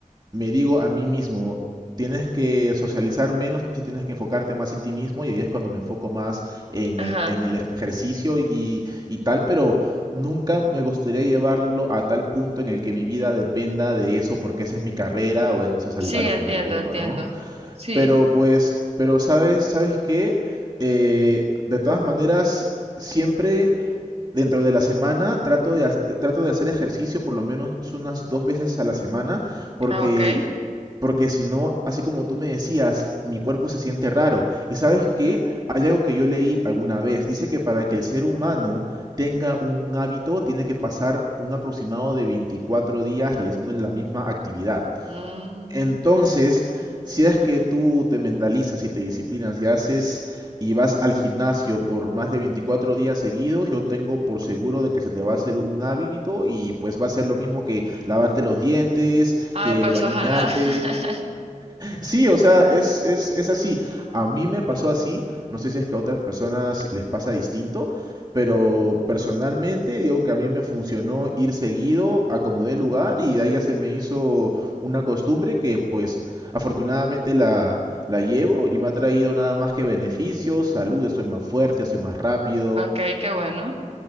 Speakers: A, on the right; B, on the right.
A: me digo a mí mismo, tienes que socializar menos y tienes que enfocarte más en ti mismo y ahí es cuando me enfoco más en,
B: Ajá.
A: en el ejercicio y, y tal, pero nunca me gustaría llevarlo a tal punto en el que mi vida dependa de eso porque esa es mi carrera o eso es
B: Sí,
A: al- a,
B: entiendo,
A: lo que me dedico,
B: entiendo.
A: ¿no?
B: Sí.
A: Pero pues, pero sabes, ¿sabes qué? Eh, de todas maneras, siempre... Dentro de la semana trato de, ha- de- trato de hacer ejercicio por lo menos unas dos veces a la semana porque
B: Ah, ok.
A: porque si no, así como tú me decías, mi cuerpo se siente raro. ¿Y sabes qué? Hay algo que yo leí alguna vez. Dice que para que el ser humano tenga un hábito, tiene que pasar un aproximado de 24 días realizando la misma actividad.
B: Mm.
A: Entonces, si es que tú te mentalizas y te disciplinas y haces y vas al gimnasio por más de 24 días seguidos, yo tengo por seguro de que se te va a hacer un hábito y pues va a ser lo mismo que lavarte los dientes,
B: Ay,
A: que
B: pues
A: bañarte.
B: ojalá. <laughs>
A: Sí, o sea, es, es, es así. A mí me pasó así, no sé si es que a otras personas les pasa distinto, pero personalmente digo que a mí me funcionó ir seguido, acomodé el lugar y de ahí ya se me hizo una costumbre que pues afortunadamente la, la llevo y me ha traído nada más que beneficios, salud, estoy más fuerte, soy más rápido.
B: Ok, qué bueno.